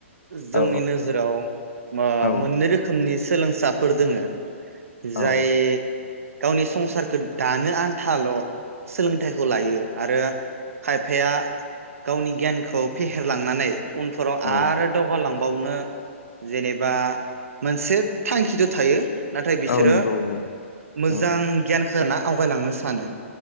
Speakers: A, on the right; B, on the left.
A: जोंनि
B: औ
A: नोजोराव मा
B: औ
A: मोननै रोखोमनि सोलोंसाफोर दोङो जाय
B: औ
A: गावनि संसारखौ दानो आन्थाल' सोलोंथाइखौ लायो आरो खायफाया गावनि गियानखौ फेहेरलांनानै उनफोराव
B: औ
A: आरो दावगा लां बावनो जेनेबा मोनसे थांखिथ' थायो। नाथाय बिसोरो,
B: औ नंगौ औ
A: मोजां
B: औ
A: गियानखौ ना आवगायलांनो सानो